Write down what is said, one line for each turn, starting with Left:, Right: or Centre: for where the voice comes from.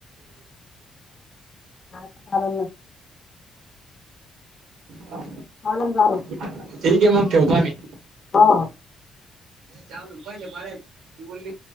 Left: हा, चालंल मग.
Right: हा.
Left: चालेल चालेल.
Right: ठीक आहे मग ठेवतो आम्ही.
Left: हा हा.
Right: जाऊन पाहीले पाहीजे, ती बोलली.